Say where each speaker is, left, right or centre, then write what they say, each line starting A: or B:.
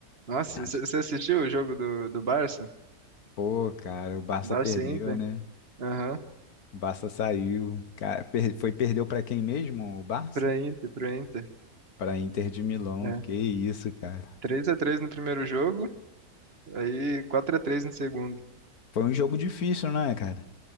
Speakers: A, on the right; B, on the left.
A: Nossa,
B: Mas,
A: você você assistiu o jogo do, do Barça?
B: Pô, cara, o Barça
A: Barça
B: perdeu,
A: e Inter?
B: né?
A: Aham,
B: O Barça saiu. Cara, per- foi perdeu pra quem mesmo? O Barça?
A: pra Inter, pra Inter.
B: Pra Inter de Milão.
A: É,
B: Que isso, cara.
A: Três a três no primeiro jogo, aí quatro a três no segundo.
B: Foi um jogo difícil, né, cara?